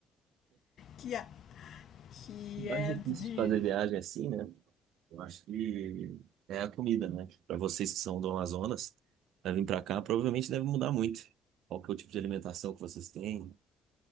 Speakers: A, on the left; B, on the right.
A: que, que
B: O mais
A: é
B: difícil
A: de
B: de fazer viagem assim, né? Eu acho que é a comida, né? Para vocês que são do Amazonas, para vir para cá, provavelmente deve mudar muito. Qual que é o tipo de alimentação que vocês têm?